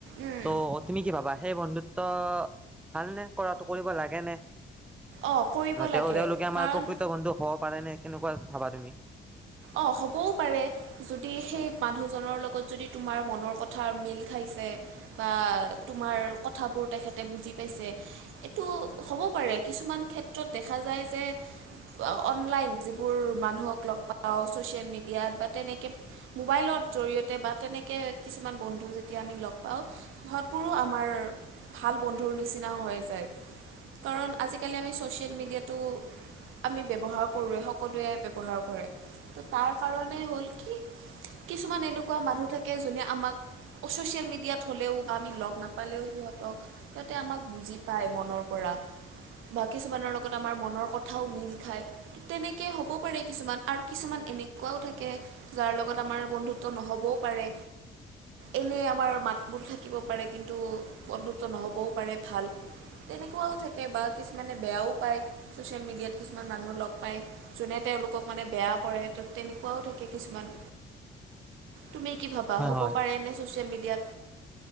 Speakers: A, on the right; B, in the centre.
A: উম
B: ত' তুমি কি ভাবা। সেই বন্ধুত্ব ভালনে? কৰাটো কৰিব লাগে ন।
A: অ কৰিব
B: হয় তেওঁ
A: লাগে
B: তেওঁলোকে আমাৰ
A: কাৰণ
B: প্ৰকৃত বন্ধু হব পাৰে নে? কেনেকুৱা। ভাবা তুমি।
A: অঁ হ'বও পাৰে যদি সেই মানুহজনৰ লগত যদি তোমাৰ মনৰ কথা মিল খাইছে বা তোমাৰ কথাবোৰ তেখেতে বুজি পাইছে এইটো হ'ব পাৰে কিছুমান ক্ষেত্ৰত দেখা যায় যে অনলাইন যিবোৰ মানুহক লগ পাই। ছ'চিয়েল মিডিয়াত বা তেনেকে মোবাইলৰ জৰি়য়তে বা তেনেকৈ কিছুমান বন্ধু যেতিয়া আমি লগ পাওঁ সিহতবোৰো আমাৰ ভাল বন্ধুৰ নিচিনা হৈ যায় কাৰণ আজিকালি আমি ছ'চিয়েল মিডিয়া আমি ব্যৱহাৰ কৰোঁৱেই সকলোৱে ব্যৱহাৰ কৰে। ত তাৰ কাৰনে হয়তো কিছুমান এনেকুৱা মানুহ থাকে যোনে আমাক চচিয়েল মিডিয়াত হলেও বা আমি লগ নাপালেও সিহতক সিহঁতে আমাক বুজি পায় মনৰ পৰা বা কিছুমানৰ লগত আমাৰ মনৰ কথাও মিল খায় তেনেকে হ'ব পাৰে কিছুমান। আৰু কিছুমান এনেকুৱাও থাকে যাৰ লগত আমাৰ বন্ধুত্ব নহ'বও পাৰে এনে আমাৰ মাতবোল থাকিব পাৰে কিন্তু বন্ধুত্ব নহ'বও পাৰে ভাল তেনেকুৱাও থাকে বা কিছুমানে বেয়াও পায় ছচিয়েল মিডিয়াত কিছুমান মানুহ লগ পায় যোনে তেওঁলোকক। মানে বেয়া কৰে ত' তেনেকুৱাও থাকে কিছুমান। তুমি কি ভাবা
B: হয়
A: হ'ব
B: হয়
A: পাৰে নে ছচিয়েল মিডিয়াত?